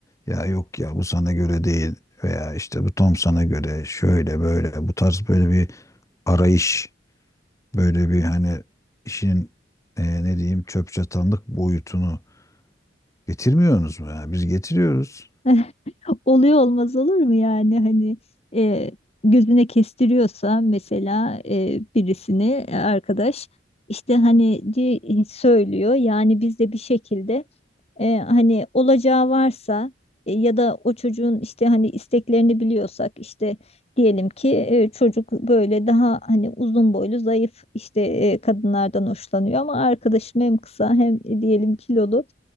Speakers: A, on the left; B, on the left.
A: Ya yok ya bu sana göre değil veya işte bu tam sana göre şöyle böyle bu tarz böyle bir arayış böyle bir hani işin e, ne diyeyim çöp çatanlık boyutunu getirmiyorsunuz mu? Yani biz getiriyoruz.
B: <laughs> oluyor olmaz olur mu yani hani e, gözüne kestiriyorsa mesela e, birisini e, arkadaş işte hani di- söylüyor yani biz de bir şekilde e, hani olacağı varsa e, ya da o çocuğun işte hani isteklerini biliyorsak işte diyelim ki e, çocuk böyle daha hani uzun boylu zayıf işte e, kadınlardan hoşlanıyor ama arkadaşım hem kısa hem diyelim kilolu